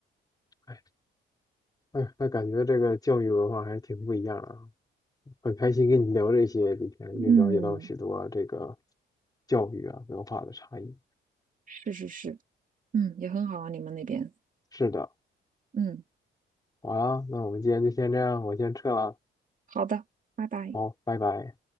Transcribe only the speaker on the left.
哎，哎呀那感觉这个教育文化还是挺不一样啊，很开心跟你聊这些，今天又了解到许多这个
教育啊文化的差异。
是的，
好啊，那我们今天就先这样，我先撤了，
好，拜拜。